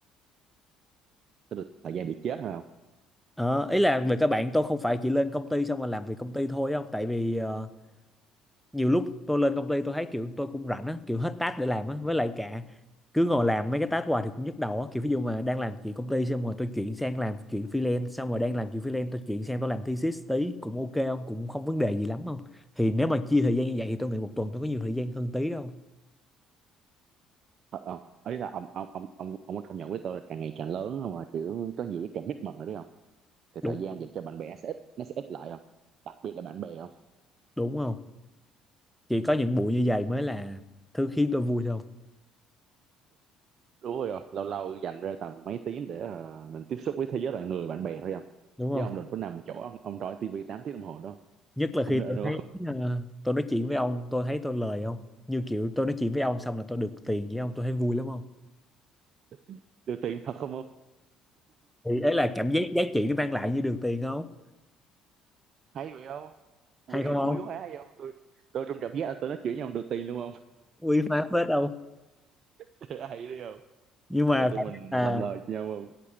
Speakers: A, on the right; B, in the centre.
A: tức là thời gian bị chết hả không
B: ờ, ý là về các bạn tôi không phải chỉ lên công ty xong rồi làm việc công ty thôi không tại vì ờ, nhiều lúc tôi lên công ty tôi thấy kiểu tôi cũng rảnh á kiểu hết task để làm á với lại cả cứ ngồi làm mấy cái task hoài thì cũng nhức đầu á kiểu ví dụ mà đang làm chuyện công ty xong rồi tôi chuyển sang làm chuyện freelance xong rồi đang làm chuyện freelance tôi chuyển sang tôi làm thesis tí cũng ok không cũng không vấn đề gì lắm không thì nếu mà chia thời gian như vậy thì tôi nghĩ một tuần tôi có nhiều thời gian hơn tí đâu
A: ờ ờ. ấy là ông ông ông ông ông có công nhận với tôi là càng ngày càng lớn không mà kiểu có nhiều cái commitment rồi đấy không thì
B: đúng
A: thời gian dành cho bạn bè sẽ ít nó sẽ ít lại không đặc biệt là bạn bè không
B: đúng không chỉ có những buổi như vậy mới là thứ khiến tôi vui thôi
A: đúng rồi ạ. lâu lâu dành ra tầm mấy tiếng để ờ, mình tiếp xúc với thế giới loài người bạn bè thôi anh
B: đúng không
A: chứ ông đừng có nằm chỗ ông ông trói tivi 8 tiếng đồng hồ đó
B: nhất là
A: không
B: khi
A: nên
B: tôi
A: đâu
B: thấy ờ, tôi nói chuyện với ông tôi thấy tôi lời không như kiểu tôi nói chuyện với ông xong là tôi được tiền với ông tôi thấy vui lắm không
A: <laughs> được tiền thật không không
B: thì ấy là cảm giác giá trị nó mang lại như đường tiền không
A: hay vậy không quý
B: hay không không
A: quý quá hay không tôi tôi trong cảm giác là tôi nói chuyện với ông được tiền luôn không
B: uy phá phết không
A: <laughs> hay đi không
B: nhưng mà
A: rồi tụi
B: khả
A: mình
B: năng
A: làm
B: là
A: lời cho nhau không